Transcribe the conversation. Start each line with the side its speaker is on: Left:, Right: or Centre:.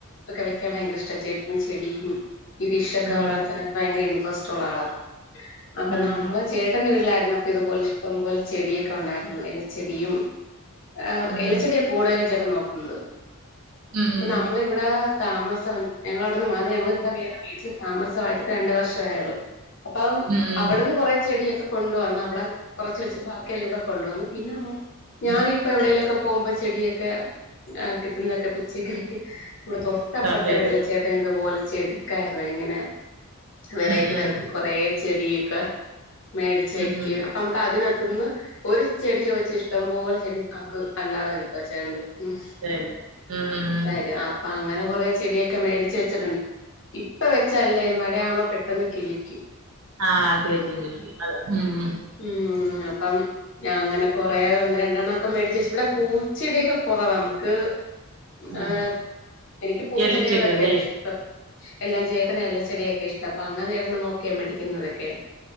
Left: ഒക്കെ വെക്കാൻ ഭയങ്കര ഇഷ്ട്ടാ ചേട്ടന് ചെടിയും ഈ ഫിഷൊക്കെ
Right: ഉം
Left: വളർത്താനൊക്കെ ഭയങ്കര ഇൻട്രസ്റ്റ കൊള്ളാം ള അപ്പൊ
Right: ഉം
Left: നമ്മള് ചേട്ടന്റെ വീട്ടിലായിര്ന്നപ് ഇതുപോലെ ഇഷ്ട്ടം പോലെ ചെടിയൊക്കെ ഉണ്ടായിരുന്നു എലച്ചെടിയും ഹാ
Right: ഉം
Left: എലച്ചെടിയാ കൂട്തലും നോക്കുന്നത്
Right: ഉം ഉം
Left: നമ്മള് ഇവ്ടെ താമസം ഞങ്ങളവിടന്ന് മാ ഞങ്ങളിവ്ടെ വേറേ വീട് താമസമായിട്ട് രണ്ടു വർഷം ആയുള്ളു അപ്പം
Right: ഉം ഉം
Left: അവിടുന്ന് കൊറെ ചെടിയൊക്കെ കൊണ്ട് വന്നു അവിടെ കൊറച്ച് വെച്ചിട്ട് ബാക്കിയെല്ലാം ഇവിടെ കൊണ്ട് വന്നു. പിന്നെ ന ഞാൻ
Right: ഉം
Left: ഇപ്പൊ എവടെയിലൊക്കെ പോമ്പ ചെടിയെക്കെ ഏഹ് കിട്ട്ന്നക്കെ പിച്ചി കഴിക്കി ഇവിടെ തൊട്ടപ്പുറത്തെ
Right: സൗണ്ട് ചെയ്ത്
Left: വീട്ട്ലെ ചേട്ടൻ ഇതുപോലെ ചെടുക്കാരുന്നു ഇങ്ങനെ വെറൈറ്റി
Right: ഉം ഉം
Left: വെറൈറ്റി കൊറേ ചെടി ക്കെ മേടിച്ച് വയ്ക്ക്
Right: ഉം ഉം
Left: അപ്പം നമുക്ക് അതിനക തിന്ന് ഒരു ചെടി ചോയിച്ചേ ഇഷ് ഇഷ്ടംപോലെ ചെടി നമക്ക് അല്ലാതെ കിട്ടും അച്ചായന്റെ ഉം
Right: ശരി ഉം ഉം
Left: തരും അപ്പങ്ങനെ കുറെ ചെടിയൊക്കെ മേടിച്ച് വെച്ചിട്ടുണ്ട് ഇ പ്പവെച്ചഅല്ലേ മഴ ആവുംമ്പ പെ ട്ടെന്ന് കിളിക്കി
Right: ആഹ് കിളിക്കും കിളിക്കും അതെ ഉം.
Left: ഉം അപ്പം ഞാങ്ങനെ കൊ കുറേ ഒന്ന് രണ്ടെണ്ണം ഒക്കെ മേടിച്ച് വെച്ച് ഇവടെ പൂച്ചെടിയൊക്കെ കൊറവ നമുക്ക് ഏഹ്
Right: ഉം
Left: എനിക്ക് പൂ
Right: ഇലച്ചെടികളല്ലേ
Left: ചെട്യോടെക്കെയാ ഇഷ്ടം എല്ലാം ചേട്ടനാ എല്ലാചെടിയൊക്കെ ഇഷ്ടം. അപ്പൊ അങ്ങനെയിരുന്നു നോക്കിയാ മേടിക്കുന്നതൊക്കെ.